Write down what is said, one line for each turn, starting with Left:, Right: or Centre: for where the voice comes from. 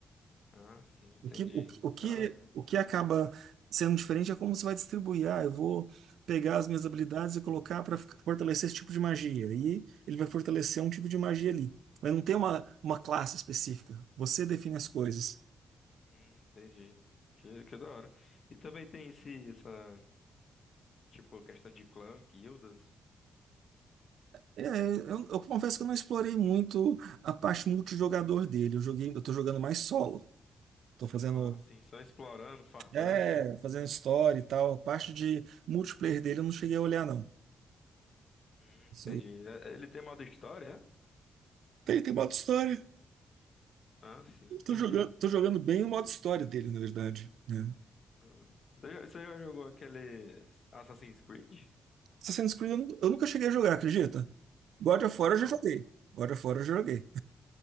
Left: Ah, sim, entendi.
Right: O que, o, que, o que
Left: Caraca.
Right: o que acaba sendo diferente é como você vai distribuir. Ah, eu vou pegar as minhas habilidades e colocar para fortalecer esse tipo de magia. E ele vai fortalecer um tipo de magia ali. Mas não tem uma, uma classe específica. Você define as coisas.
Left: Hum, entendi. Que, que da hora. E também tem esse, essa, tipo, questão de clã, guildas.
Right: É, eu, eu confesso que eu não explorei muito a parte multijogador dele. Eu joguei, eu tô jogando mais solo. Tô fazendo,
Left: Ah, sim, só explorando, farmando,
Right: é,
Left: né?
Right: fazendo história e tal. A parte de multiplayer dele eu não cheguei a olhar, não.
Left: Hum,
Right: Isso
Left: entendi.
Right: aí.
Left: É- Ele tem modo história, é?
Right: Tem, tem modo história.
Left: Ah, sim, entendi.
Right: Tô jogando, tô jogando bem o modo história dele, na verdade, né?
Left: Ah. Você já, você já jogou aqueles Assassin's Creed?
Right: Assassin's Creed eu, nu- eu nunca cheguei a jogar, acredita? God of War eu
Left: Não?
Right: já joguei. God of War eu já joguei.